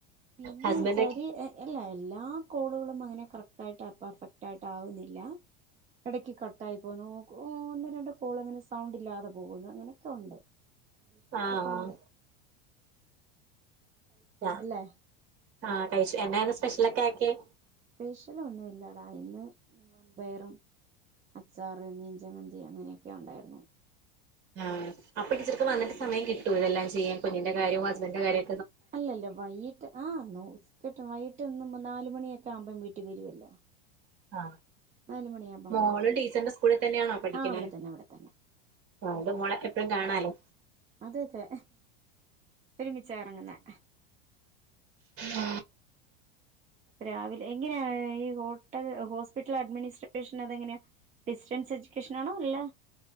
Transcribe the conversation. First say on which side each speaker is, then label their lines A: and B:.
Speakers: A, on the right (about 25°); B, on the right (about 45°).
A: പിന്നെ
B: ഹസ്ബൻഡ്
A: വെച്ചാര്
B: ഒക്കെ
A: എ എല്ലാ കോളുകളും അങ്ങനെ കറക്റ്റയിട്ട് പർഫറ്റയിട്ടാകുന്നില്ല എടക്ക് കട്ടായി പോന്നു ഒന്ന് രണ്ട് കോൾ അങ്ങനെ സൗണ്ട് ഇല്ലാതെ പോകുന്നു അങ്ങനെക്കെ ഒണ്ട്
B: ആഹ്
A: സൊക്കെണ്ട്
B: ഞ
A: അല്ലേ
B: ആ കഴ്ച് എന്നാര്ന്ന് സ്പെഷ്യലൊക്കെ <unintelligible>
A: സ്പെഷ്യലൊന്നുമില്ലടാ ഇന്ന് വൺപയറും അച്ചാറ് മീഞ്ചമന്തി അങ്ങനെയൊക്കെ ഉണ്ടാരുന്നു
B: ആ അപ്പ ടീച്ചർക്ക് വന്നട്ട് സമയം കിട്ടുവോഇതെല്ലാം ചെയ്യാൻ കുഞ്ഞിന്റെ കാര്യവും ഹബൻഡന്റെ കാര്യ
A: അല്ലല്ല വൈയിട്ട് ആ നോ കിട്ടും വൈ <unintelligible> നാലുമണിയൊക്കെ ആമ്പോം വീട്ടിൽ വരുവല്ലോ
B: ആ
A: നാല് മണിയാകുമ്പം
B: മോളും
A: വന്നേക്കും
B: ടീച്ചറിന്റെ സ്കൂളിൽ തന്നെയാണോ പഠിക്കണ
A: ആ അവിടെ തന്നെ അവിടെ തന്നെ
B: അണ്ട് മോളെ എപ്പഴും കാണാലേ
A: അതെ അതെ ഒരുമിച്ച ഇറങ്ങ്ന്നേ
B: ആ
A: രാവിലെ എങ്ങനെയാ ഈ ഹോട്ടൽ ഹോസ്പിറ്റൽ അഡ്മിനിസ്ട്രേഷൻ അതെങ്ങനെയാ ഡിസ്റ്റൻസ് എഡ്യൂക്കേഷൻ ആണോ അല്ല